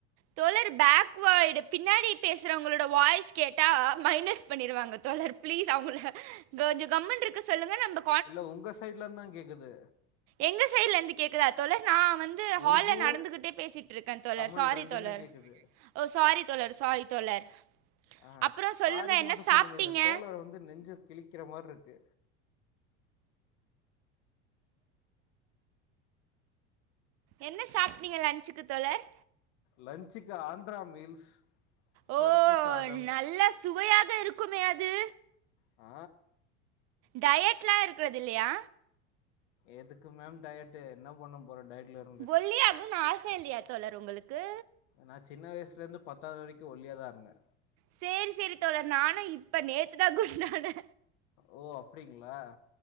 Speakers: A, on the right (about 45°); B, on the left (about 65°).
A: தோழர் பேக்வேய்டு பின்னாடி பேசுறவங்களோட வாய்ஸ் கேட்டா மைனஸ் பண்ணிருவாங்க தோழர் ப்ளீஸ் அவுங்கள கொஞ்சோ கம்முனு இருக்க சொல்லுங்க நம்ப
B: இல்ல ஒங்க சைட்லர்ந்தா கேக்குது
A: எங்க சைடுல இர்ந்து கேக்குதா தோழர் நா வந்து ஹால்ல
B: உருது
A: நடந்துகிட் டே பேசிட்ருக்கே தோழர்
B: தமிழ்
A: சாரி
B: ரெண்டுமே
A: தோழர்
B: கேட்குது
A: ஓ சாரி தோழர் சாரி தோழர்
B: ஆ
A: அப்புறம் சொல்லுங்க
B: சாரினு
A: என்ன
B: மட்டு
A: சாப்பிட்டீங்க
B: சொல்லுங்க இந்த தோழரு வந்து நெஞ்சு கிளிக்கிற மாறி இருக்கு
A: என்ன சாப்ட்டீங்க லன்ச்சுக்கு தோழர்
B: லஞ்சுக்கு ஆந்த்ரா மீல்ஸ்
A: ஓ
B: பருப்பு சாதம்
A: நல்ல சுவையாக இருக்குமே அது
B: ஆ
A: டயட்லா இருக்குறதில்லயா
B: எதுக்கு மேம் டயட்டு என்ன பண்ண போறோ டயட்லருந்து
A: ஒல்லியா ஆகோனோனு ஆசயில்லயா தோழர் ஒங்களுக்கு
B: நா சின்ன வயசுலேர்ந்து பத்தாவது வரைக்கு ஒல்லியா தா இருந்தே
A: சேர் சேரி தோழர் நானு இப்ப நேத்து தா குண்டானே
B: ஓ அப்டீங்களா